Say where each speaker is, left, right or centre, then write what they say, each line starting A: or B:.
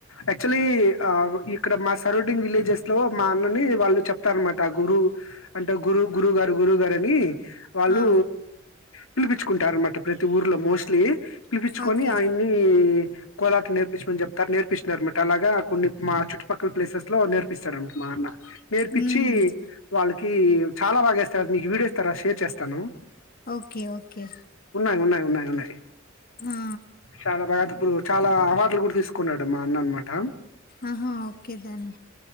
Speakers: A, on the left (about 85°); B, on the left (about 45°).
A: యాక్చువలీ, ఇక్కడ మా సరౌండింగ్ విలేజెస్ లో మా అన్నని వాళ్ళు చెప్ త అన్నమాట గురువు అంటే గురు గురువు గారు గురువు గారని అని వాళ్ళు
B: ఆ
A: పిలిపించుకుంటారు అన్నమాట ప్రతి ఊర్లో మోస్ట్లీ పిలిపిచ్చుకొని
B: ఓకే
A: ఆయన్ని కొలా నేర్పిచ్చమని చెప్తారు నేర్పిస్తరనమాట అలాగా కొన్ని మా చుట్టుపక్కల ప్లేసెస్లో నేర్పిస్తడానమాట మా అన్న నేర్పిచ్చి
B: హ్మ్
A: వాళ్ళకి చాలా బాగా చేస్తారు నీకు వీడియోస్ తర్వాత షేర్ చేస్తాను
B: ఓకే ఓకే
A: ఉన్నాయి ఉన్నాయి ఉన్నాయి ఉన్నాయి
B: ఆ
A: చాలా బాగా <unintelligible> చాలా వాటలు కూడా తీసుకున్నాడు మా అన్న అనమాట
B: ఆహా ఓకే డన్